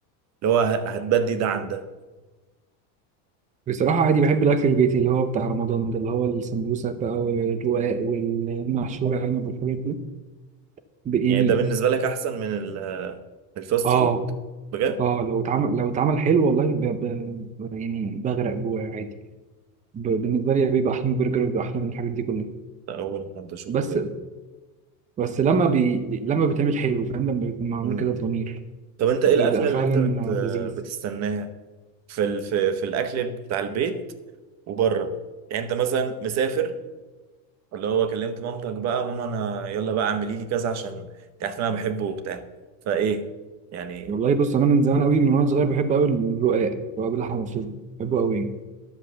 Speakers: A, on the right; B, on the right.
A: اللي هو ه- هتبدي ده عن ده
B: بصراحه عادي بحب الاكل البيتي اللي هو بتاع رمضان ده اللي هو السمبوسه بقى والرقاق والمحشوره عنب والحاجات دي ب- يعني
A: يعني ده بالنسبة لك احسن من ال- الفاست
B: اه
A: فود بجد
B: اه لو اتعمل لو اتعمل حلو والله ب... ب... ب- يعني بغرق جواه عادي ب... بالنسبه لي بيبقى احلى من البرجر وبيبقى احلى من الحاجات دي كلها
A: ده اول حد اشوفه
B: بس
A: بجد
B: بس لما بي... لما بيتعمل حلو فاهم لما بيكون معمول
A: مم.
B: كده بضمير
A: طب انت ايه
B: بيبقى
A: الاكله اللي
B: فعلا
A: انت بت...
B: لذيذ
A: بتستناها في ال... في... في الاكل بتاع البيت وبره يعني انت مثلا مسافر اللي هو كلمت مامتك بقى ماما انا يلا بقى اعملي لي كذا عشان انت عارف ان انا بحبه وبتاع فايه يعني
B: والله بص انا من زمان قوي من وانا صغير بحب قوي الرقاق رقاق باللحمه المفرومه بحبه قوي يعني.